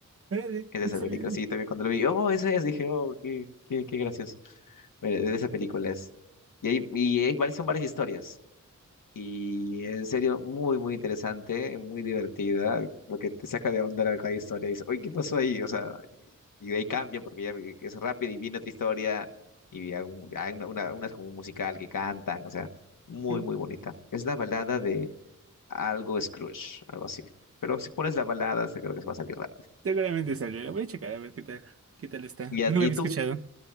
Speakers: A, on the right; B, on the left.
A: Órale,
B: Es de
A: no
B: esa
A: sabía.
B: película. Sí, también cuando lo vi, oh, ese es, dije, oh, qué, qué, qué gracioso. Mira, de esa película es. Y hay, y hay varias, son varias historias. Y en serio, muy, muy interesante, muy divertida. Lo que te saca de onda la cada historia. Dices, oye, ¿qué pasó ahí? O sea, y de ahí cambian porque ya vi- que es rápido y viene otra historia. Y hay, un- hay una, una, una es como un musical que cantan. O sea, muy,
A: Mm,
B: muy bonita. Es la balada de algo Scrooge, algo así. Pero si pones la balada, se- creo que se va a salir rápido.
A: Seguramente salió. La voy a checar a ver qué tal, qué tal está.
B: ¿Y, a-
A: No lo
B: y
A: había
B: tú?
A: escuchado.